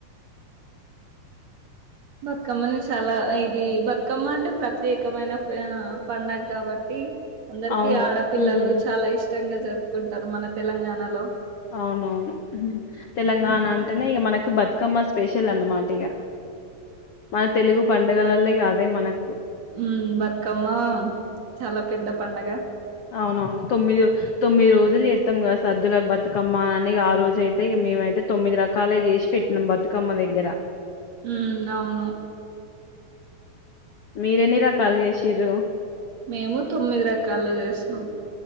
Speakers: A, on the right; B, on the left.
A: బతుకమ్మని చాలా ఇది బతుకమ్మ అంటే ప్రత్యేకమైన ప పండగ్గాబట్టి. అందరికి
B: అవును
A: ఆడపిల్లలు
B: ఉమ్
A: చాలా ఇష్ ఇష్టంగా జరుపుకుంటారు మన తెలంగాణలో
B: అవునవును తెలంగాణ
A: హ్మ్.
B: అంటేనే ఇక మనకు బతుకమ్మ స్పెషల్ అన్నమాట ఇగా మన తెలుగు పండుగలలో ఇగ అదే మనకు
A: హ్మ్ బతుకమ్మ చాలా పెద్ద పండగా
B: అవునవును తొమ్మిది తొమ్మిది రోజులు త్తం గదా సద్దుల బతుకమ్మ అని ఆ రోజయితే మేమైతే తొమ్మిది రకాలే జేసి పెట్టినాం బతుకమ్మ దగ్గర
A: హ్మ్ దవును
B: మీరేన్ని రకాలు జేసిర్రు
A: మేము తొమ్మిది రకాలు జేస్నామ్